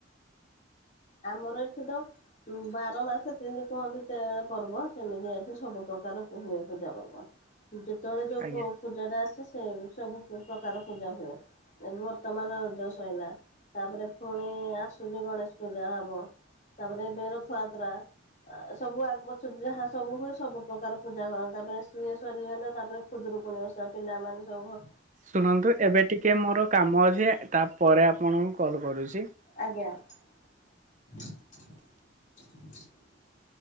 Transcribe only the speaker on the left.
ଆମର ଏଠି ତ ହୁଁ, ବାର ମାସ ତିନି କୁହନ୍ତି ତେର ପର୍ବ ସେମିତି ଏଠି ସବୁପ୍ରକାର ହୁଏ ପୂଜା ପର୍ବ। ଯେତେବେଳେ ଯୋଉ
ପୂ-ପୂଜା ଟା ଆସେ, ସେ ସବୁ ପ୍ରକାର ପୂଜା ହୁଏ। ଏବେ ବର୍ତ୍ତମାନ ରଜ ସଇଲା। ତା'ପରେ ଫୁଣି ଆସୁଛି ଗଣେଶ ପୂଜା ହବ। ତା'ପରେ ଏବେ ରଥଆତ୍ରା। ସବୁ ଆଗପଛ ଯାହା ସବୁ ହୁଏ, ସବୁ ପ୍ରକାର ପୂଜା କରନ୍ତି। ତା'ପରେ ସିଏ ସରିଗଲେ, ତା'ପରେ ଖୁଦୁରୁକୁୁଣୀ ଓଷା ପିଲାମାନେ ସବୁ ଭ
ଆଜ୍ଞା। <inaudible>